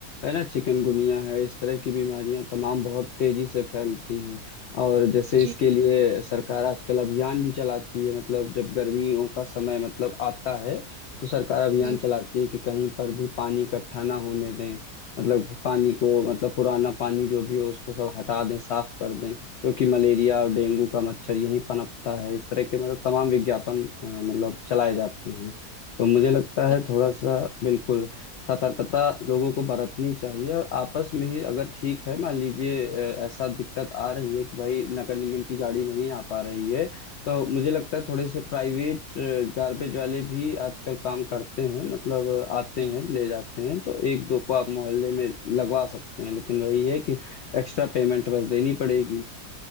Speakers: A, on the left; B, on the right.
A: है ना चिकनगुनिया है इस तरह की बीमारियां तमाम बहुत तेजी से फैलती हैं और जैसे
B: जी
A: इसके लिए सरकार आजकल अभियान भी चलाती है मतलब जब गर्मियों का समय मतलब आता है तो सरकार अभियान
B: हम्म
A: चलाती है कि कहीं पर भी पानी इकट्ठा ना होने दें मतलब पानी को मतलब पुराना पानी जो भी हो उसको सब हटा दें साफ कर दें क्योंकि मलेरिया और डेंगू का मच्छर यहीं पनपता है इस तरह के मतलब तमाम विज्ञापन अ, मतलब चलाए जाते हैं तो मुझे लगता है
B: व-
A: थोड़ा सा बिल्कुल सतर्कता लोगों को बरतनी चाहिए और आपस में ही अगर ठीक है मान लीजिए अ, ऐसा दिक्कत आ रही है कि भाई नगर निगम की गाड़ी नहीं आ पा रही है तो मुझे लगता है थोड़े से प्राइवेट गार्बेज वाले भी आजकल काम करते हैं मतलब अ, आते
B: हम्म,
A: हैं ले जाते हैं तो एक दो को आप मोहल्ले में लगवा सकते हैं लेकिन वही है कि एक्स्ट्रा पेमेंट बस देनी पड़ेगी